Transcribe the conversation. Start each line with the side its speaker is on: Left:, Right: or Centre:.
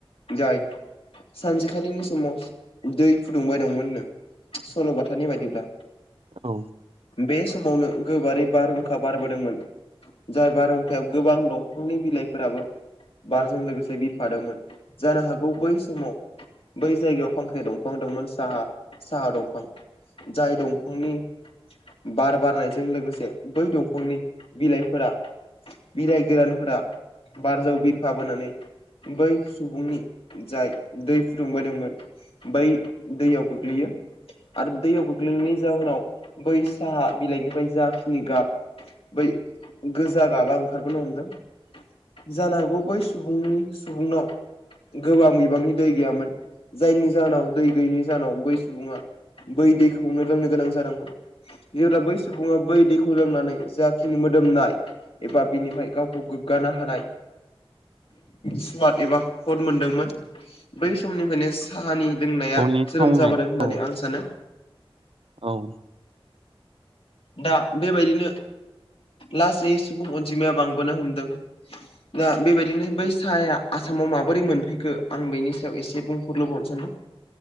Left: जाय सानसेखालिनि समाव दै फुदुंबाय दंमोननो सल'बाथानि बायदिब्ला।
Right: औ
Left: बे समावनो गोबारै बारहुंखा बारबोदोंमोन। जाय बारहुंखायाव गोबां दंफांनि बिलाइफोराबो बारजों लोगोसे बिरफादोंमोन जानो हागौ बै समाव बै जायगायाव फांखाय दं। फां दंमोन सा साहा दंफां जाय दंफांनि बार बारनायजों लोगोसे बै दंफांनि बिलाइफोरा बिलाय गोरानफोरा बारजों बिरफाबोनानै बै सुबुंनि जाय दै फुदुंबायदोंमोन बै दैयाव गोग्लैयो आरो दैयाव गोग्लैनायनि जाहोनाव बै साहा बिलाइनिफ्राय जाखिनि गाब बै गोजा गाबा ओंखारबोनो हमदों। जानो हागौ बै सुबुंनि सुबुंनाव गोबां बिबांनि दै गैयामोन जायनि जाहोनाव दै गैयिनि जाहोनाव बै सुबुङा बै दैखौनो लोंनो गोनां जादोंमोन। जेब्ला बै सुबुङा बै दैखौ लोंनानै जाखिनि मोदोमनाय एबा बिनिफ्राय गावखौ गोग्गानो हानाय स्मार्ट एबा हद मोनदोंमोन बै समनिफ्रायनो <unintelligible> लोंनाया
Right: फननि
Left: जोनोम
Right: थावनाय
Left: जाबोदों होननानै
Right: औ
Left: आं सानो।
Right: औ
Left: दा बेबायदिनो लासै सुबुं अनजिमाया बांबोनो हमदों। दा बेबायदिनो बै साहाया आसामाव माबोरै मोनफैखो आं बेनि सायाव एसे बुं <unintelligible> सानदों।